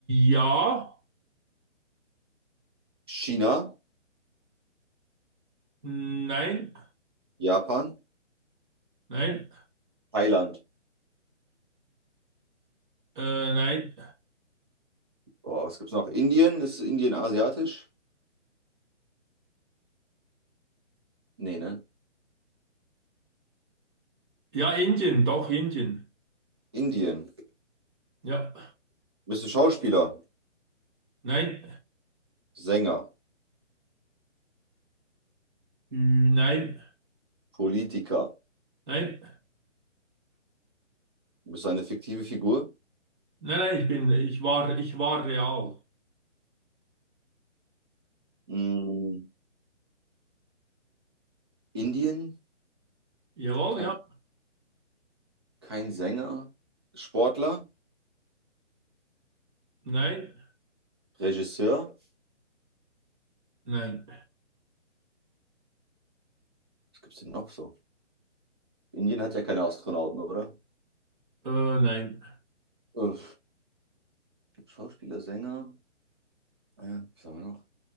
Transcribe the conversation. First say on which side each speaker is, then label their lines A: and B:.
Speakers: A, on the right; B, on the right.
A: ja,
B: China,
A: nein,
B: Japan,
A: nein.
B: Thailand.
A: Äh, nein.
B: Boah, was gibt's noch? Indien? Ist Indien asiatisch? Nee, ne?
A: Ja, Indien, doch Indien.
B: Indien.
A: Ja.
B: Bist du Schauspieler,
A: Nein.
B: Sänger,
A: Ü, Nein.
B: Politiker?
A: Nein.
B: Bist du eine fiktive Figur?
A: Nein, nein, ich bin, ich war, ich war real.
B: Mm, Indien?
A: Jawohl,
B: Kein,
A: ja.
B: kein Sänger? Sportler?
A: Nein.
B: Regisseur?
A: Nein.
B: Was gibt's denn noch so? Indien hat ja keine Astronauten, oder?
A: Äh, nein.
B: Äh, Schauspieler, Sänger? Ah Ja, was haben wir noch?